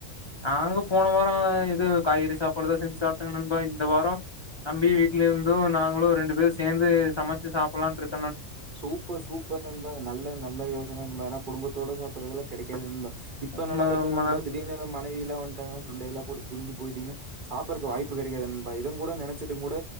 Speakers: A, on the left; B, on the right.
A: நாங்க போன வாரோ இந்த இது காய்கறி சாப்பாடுதா செஞ்சு சாப்ட்டேங்க நண்பா இந்த வாரோ தம்பி வீட்லருந்து நாங்களு ரெண்டு பேரு சேந்து சமைச்சு சாப்படலாம்னு இருக்
B: சூப்பர் சூப்பர் நண்பா நல்ல நல்ல யோசன நண்பா ஏன்னா குடும்பத்தோட சாப்பறதுல்லா கெடைக்காது நண்பா இப்ப நல்லாருப்பீங்க
A: உண்மதா உண்மதா
B: நண்பா திடீர்னு மனைவியிலா வந் டாங்க சண்டயிலா போட்டு பிரிஞ்சு போயிட்டீங்க சாப்பற வாய்ப்பு கெடைக்காது நண்பா இடம் கூட நெனைச்சட்டு கூட